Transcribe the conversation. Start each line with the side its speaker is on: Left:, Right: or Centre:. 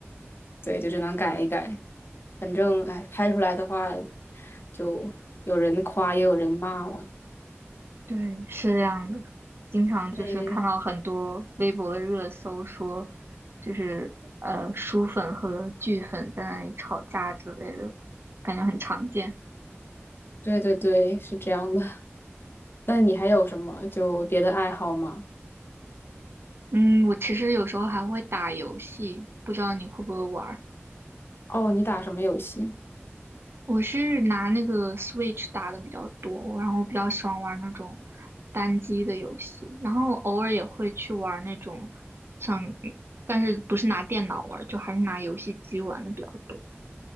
Left: 对，就只能改一改。反正，哎，拍出来的话，就有人夸，也有人骂吧。
Right: 对，是这样的。经常就是看到很多微博的热搜说，
Left: 嗯，
Right: 就是呃书粉和剧粉在那里吵架之类的，感觉很常见。
Left: 对对对，是这样的。<laughs> 那你还有什么就别的爱好吗？
Right: 嗯，我其实有时候还会打游戏，不知道你会不会玩儿？
Left: 哦，你打什么游戏
Right: 我是拿那个 Switch 打的比较多，然后比较喜欢玩那种单机的游戏，然后偶尔也会去玩那种像，但是不是拿电脑玩儿就还是拿游戏机玩的比较多。